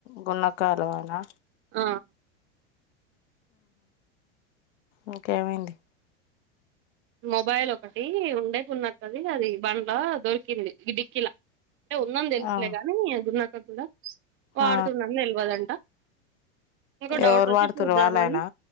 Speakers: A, on the left; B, on the right.
A: గున్నకాలువనా
B: ఆ
A: ఇంకేమైంది
B: మొబైల్ ఒకటి ఉండే కున్నాకది అది బండ్లా దొరికినది డిక్కిలా అంటే ఉందని తెలుసులే
A: ఆ
B: గానీ గున్నాక కూడా వాడుతుండని
A: ఆ
B: తెలవదుంట ఒక డౌట్
A: ఎవరు
B: వచ్చి
A: వాడుతురు
B: చూద్దామని
A: వాళ్ళాయనా